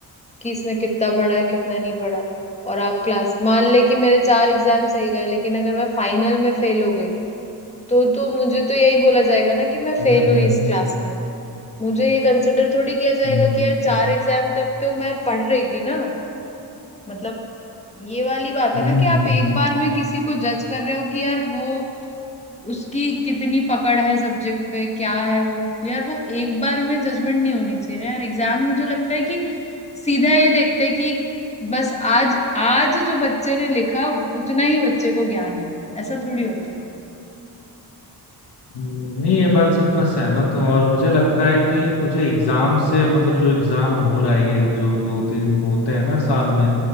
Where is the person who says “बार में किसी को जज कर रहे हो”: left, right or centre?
Left